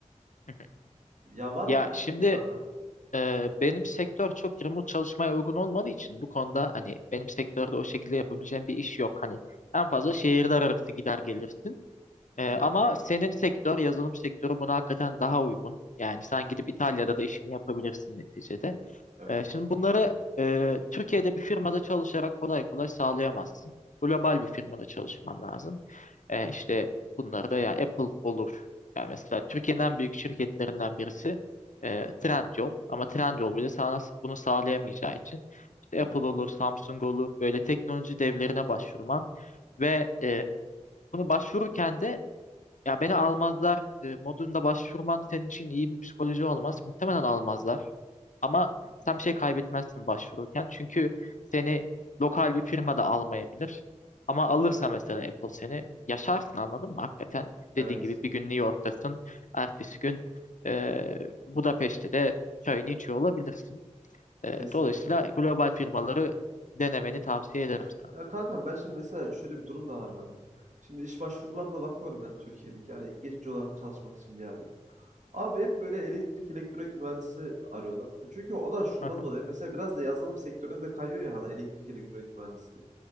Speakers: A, on the left; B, on the right.
A: hı hı.
B: Ya var
A: Ya
B: mı bir fikri
A: şimdi
B: kankam?
A: e, benim sektör çok remote çalışmaya uygun olmadığı için bu konuda hani benim sektörde o şekilde yapabileceğim bir iş yok. Hani en fazla şehirler arası gider gelirsin.
B: Hı
A: E,
B: hı.
A: ama senin sektör, yazılım sektörü buna hakikaten daha uygun. Yani sen gidip İtalya'da da işini yapabilirsin neticede.
B: Evet.
A: Ee, şimdi bunları e, Türkiye'de bir firmada çalışarak kolay kolay sağlayamazsın. Global bir firmada çalışman lazım. Ee, işte bunları da yani Apple olur. Yani mesela Türkiye'nin en büyük şirketlerinden birisi e, Trendyol. Ama Trendyol bile sana bunu sağlayamayacağı için işte
B: Evet.
A: Apple olur, Samsung olur. Böyle teknoloji devlerine başvurman ve e, bunu başvururken de ya beni almazlar e, modunda başvurman senin için iyi bir psikoloji olmaz. Muhtemelen almazlar. Ama
B: Hı hı.
A: sen bir şey kaybetmezsin başvururken. Çünkü seni lokal bir firma da almayabilir. Ama alırsa mesela Apple seni yaşarsın anladın mı? Hakikaten
B: Evet.
A: dediğin gibi bir gün New York'tasın. Ertesi gün e, Budapeşte'de çayını içiyor olabilirsin. E,
B: Kesinlikle.
A: dolayısıyla global firmaları
B: Kesinlikle.
A: denemeni tavsiye ederim sana.
B: Ya kankam ben şimdi mesela şöyle bir durum da var bende. Şimdi iş başvurularına bakıyorum ben Türkiye'deki. Yani geçici olarak çalışmak için bir yerde. Abi hep böyle elektrik elektronik mühendisi arıyorlar. E, Çünkü o da şundan
A: Hı hı.
B: dolayı mesela biraz da yazılım sektöründe kayıyor ya hani elektrik elektronik mühendisi.